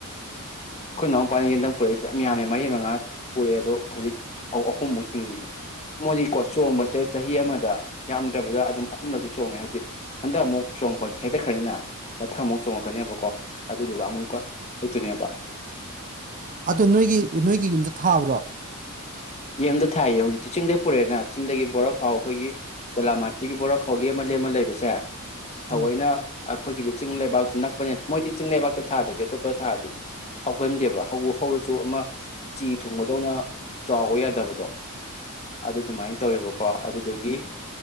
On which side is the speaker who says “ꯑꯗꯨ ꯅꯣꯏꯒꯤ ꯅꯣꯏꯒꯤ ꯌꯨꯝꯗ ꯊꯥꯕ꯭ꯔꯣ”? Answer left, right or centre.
Right